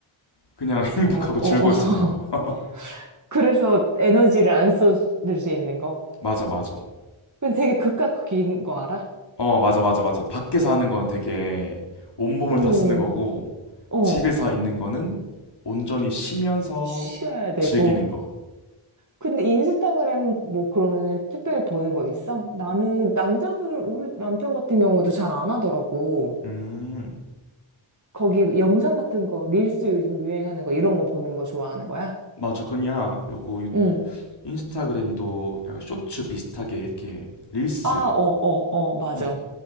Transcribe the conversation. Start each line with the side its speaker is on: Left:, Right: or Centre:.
Left: 그냥 <laughs> 행복하고
Right: 어, 어,
Left: 즐거울
Right: 어.
Left: 수 있는 거. <laughs>
Right: <laughs> 그래서 에너지를 안 쏟을 수 있는 거.
Left: 맞아 맞아.
Right: 근데 되게 극과 극인 거 알아?
Left: 어 맞아 맞아 맞아. 밖에서 하는 건 되게 온몸을
Right: 오,
Left: 다 쓰는 거고
Right: 어,
Left: 집에서 있는 거는 온전히 쉬면서
Right: 쉬어야 되고.
Left: 즐기는 거.
Right: 근데 인스타그램 뭐 그러면 특별히 보는 거 있어? 나는 남자들, 우리 남편 같은 경우도 잘 안 하더라고.
Left: 음
Right: 거기 영상 같은 거, 릴스 요즘 유행하는 거, 이런 거 보는 거 좋아하는 거야?
Left: 맞아 그냥 요거
Right: 응.
Left: 인스타그램도 약간 쇼츠 비슷하게 이렇게 릴스.
Right: 아, 어, 어, 어, 맞아.
Left: 응.